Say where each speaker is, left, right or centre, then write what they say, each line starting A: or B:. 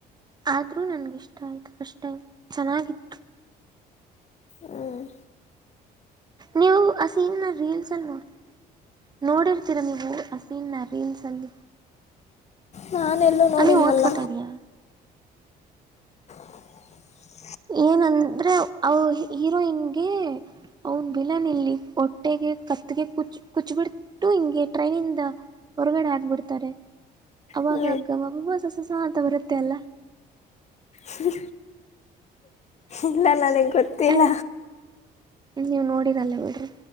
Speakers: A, on the right; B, on the left.
A: ಆದ್ರೂ ನನ್ಗಿಷ್ಟ ಆಯ್ತು ಫಸ್ಟ್ ಟೈಮ್ ಚೆನ್ನಾಗಿತ್ತು.
B: ಹ್ಮ್
A: ನೀವು ಆ ಸೀನ್ ನ ರೀಲ್ಸ್ ಅಲ್ಲಿ ನೋಡಿ ನೋಡಿರ್ತೀರ ನೀವು ಆ ಸೀನ್ ನ ರೀಲ್ಸ್ ಅಲ್ಲಿ
B: ನಾನೆಲ್ಲೂ ನೋಡಿಲ್ವಲ್ಲ
A: ಅ ನೀವ್ ಓದ್ಕೋತಾ ಇದೀಯಾ
B: <unintelligible>
A: ಏನಂದ್ರೆ ಅವ ಹೀರೋಯಿನ್ಗೆ ಅವನ್ ವಿಲನ್ ಇಲ್ಲಿ ಒಟ್ಟು ಕಟ್ಟೆಗೆ ಕತ್ಗೆ ಕುಚ್ ಕುಚ್ಬಿಟ್ಟು ಹಿಂಗೆ ಟ್ರೈನಿಂದ ಹೊರಗಡೆ ಆಗ್ಬಿಡ್ತಾರೆ ಅವಾಗಗ್ಗಮ್ಮ
B: ಹ್ಞೂ
A: ಪಬಸ ಹೊಸಸ ಅಂತ ಬರುತ್ತೆ ಅಲ್ಲಾ
B: ಹ್ಮ ಇಲ್ಲ ನನಗೆ ಗೊತ್ತಿಲ್ಲ
A: ಅದು ನೀವ್ ನೋಡಿರಲ್ಲ ಬಿೇಡ್ರಿ